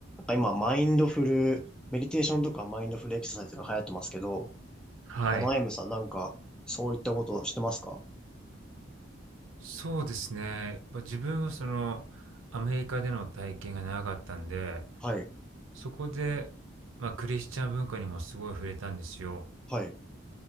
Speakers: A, in the centre; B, on the right.
A: 今、マインドフル、メディテーションとかマインドフルエクササイズが流行ってますけど、
B: はい。
A: あの、アイムさんなんか、そういったことをしてますか
B: そうですね。ま、自分はその、アメリカでの体験が長かったんで、
A: はい、
B: そこで、まあ、クリスチャン文化にもすごい触れたんですよ。
A: はい、